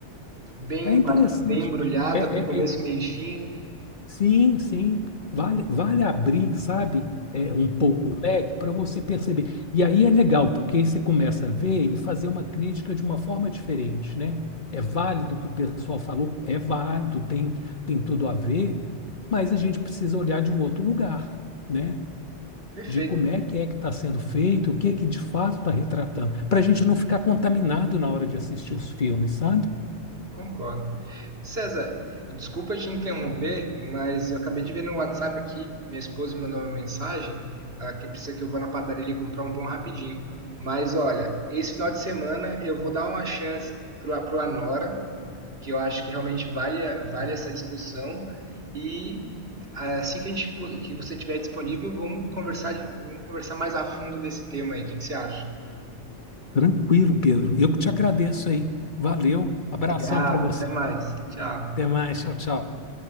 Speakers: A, on the right; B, on the left.
A: Bem,
B: É interessante.
A: emba- bem embrulhada,
B: É, é-
A: com começo,
B: é-
A: meio e fim,
B: sim, sim. Vale, vale abrir, sabe? É,
A: Uhum.
B: um pouco o leque para você perceber. E aí é legal, porque aí você começa a ver e fazer uma crítica de uma forma diferente, né? É válido o que o pessoal falou, é válido, tem, tem tudo a ver, mas a gente precisa olhar de um outro lugar, né?
A: Perfeito,
B: de como é que é que está sendo feito, o que é que de fato está retratando, para a gente não ficar contaminado na hora de assistir os filmes, sabe?
A: concordo. César, desculpa te interromper, mas eu acabei de ver no WhatsApp aqui, minha esposa mandou uma mensagem, ah, que precisa que eu vá na padaria ali comprar um pão rapidinho. Mas olha, esse final de semana eu vou dar uma chance pro, pro Anora, que eu acho que realmente vale, a- vale essa discussão. E assim que a gente pu- que você tiver disponível, vamos conversar, de- vamos conversar mais a fundo desse tema aí. O que que você acha?
B: Tranquilo, Pedro. Eu que te agradeço aí. Valeu. Abração
A: Obrigado,
B: para você.
A: até mais. Tchau.
B: Até mais. Tchau, tchau.